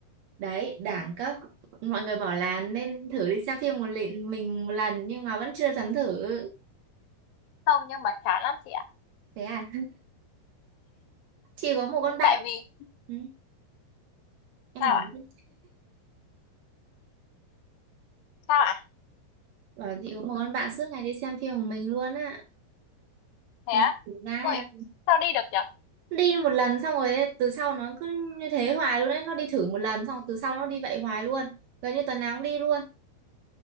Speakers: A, on the right; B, on the left.
A: đấy đảng cấp mọi người bảo là nên thử đi xem phim một lần mình một lần nhưng mà vẫn chưa dám thử
B: Không nhưng mà chán lắm chị ạ.
A: thế à chị có một
B: <laughs>
A: con bạn
B: Tại vì
A: ừ, em
B: sao
A: nói
B: ạ?
A: chứ
B: Sao ạ?
A: bảo chị có một con bạn suốt ngày đi xem phim của mình luôn á
B: Thế
A: thế
B: á?
A: thực ra là
B: Ui, sao đi được nhở?
A: đi một lần xong rồi từ sau nó cứ như thế hoài luôn đấy nó đi thử một lần xong rồi từ sau nó đi vậy hoài luôn gần như tuần nào cũng đi luôn